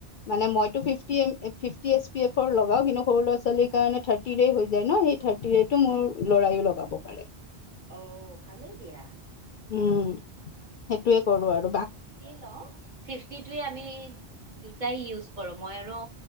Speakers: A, on the left; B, on the right.
A: মানে মইটো ফিফটি ফিফটি এচ পি এফৰ লগাও কিন্তু সৰু ল'ৰা-ছোৱালীৰ কাৰনে থাৰ থাৰ্টিয়েই হৈ যায় ন সেই থাৰ্টিৰেটো মোৰ ল'ৰায়ো লগাব পাৰে।
B: অ ভালেই দিয়া।
A: উম সেইটোয়ে কৰো আৰু বা
B: লও ফিফটিটোৱে আমি দুটাই ইউজ কৰো মই আৰু